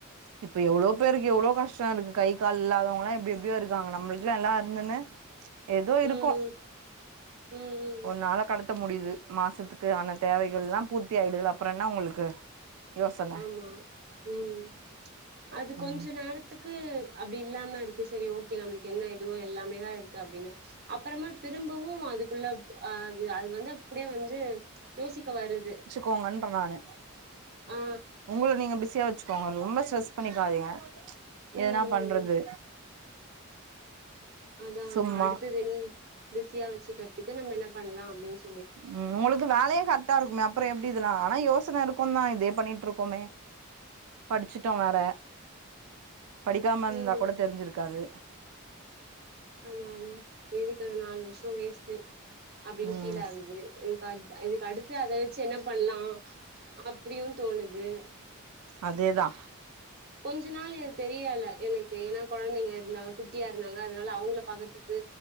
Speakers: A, on the right; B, on the right.
A: இப்ப எவ்ளோ பேருக்கு எவ்ளோ கஷ்டம் இருக்கு கை கால் இல்லாதவங்களா எப்டி எப்டியோ இருக்காங்க நம்மளுக்குல எல்லாம் இருந்தும்மே ஏதோ
B: ம்
A: இருக்கோம்
B: ம் ம்
A: ஒரு நாள கடத்த முடியுது மாசத்துக்கு ஆன தேவைகள் எல்லாம் பூர்த்தி ஆயிடுதுல அப்புற என்ன உங்களுக்கு யோசன
B: ஆமா ம் அது
A: ம்
B: கொஞ்ச நேர த்துக்கு அப்டி இல்லாமருக்கு சரி ஓகே நம்மளுக்கு என்ன எதுவுவோ எல்லாமே இருக்கு அப்டினு அப்பறமா திரும்பவும் அதுக்குள்ள அது அது வந்து அப்படியே வந்து யோசிக்க வருது
A: கோங்கறாங்க
B: ஆ
A: உங்கள நீங்க பிஸியா வச்சுக் ப்பா ரொம்ப ஸ்ட்ரெஸ் பண்ணிக்காதீங்க
B: ம் ம்
A: என்னா பண்றது
B: ம் அதான்
A: சும்மா
B: அதான் அடுத்தது இன் பிஸியா வச்சுக்கற்துக்கு நம்ம என்ன பண்ணலாம் அப்டின்
A: ம் உங்களுக்கு வேலயே கரெக்டா இருக்குமே அப்பற எப்டி இதெல்லா ஆனா யோசன இருக்கும்தா இதே பண்ணிட்டு இருக்கோமே படிச்சுட்டோம் வேற படிக்காமருந்தா
B: ம்
A: கூட தெரிஞ்சிருக்காது
B: அதான் எதுக்கு நாலு வர்ஷோ வேஸ்ட்டு அப்டின்
A: ம்
B: ஃபீல் ஆகுது இதுக்கு அட் இதுக்கு அடுத்து அத வச்சி என்ன பண்லாம் அப் அப்டியும் தோணுது
A: அதேதா
B: கொஞ்ச நாள் எனக் தெரியல எனக்கு ஏன்னா கொழ்ந்தைங்க இருந்தாங்க குட்டியா இருந்தாங்கலா அதனால அவங்கள பாக்கத்துக்கு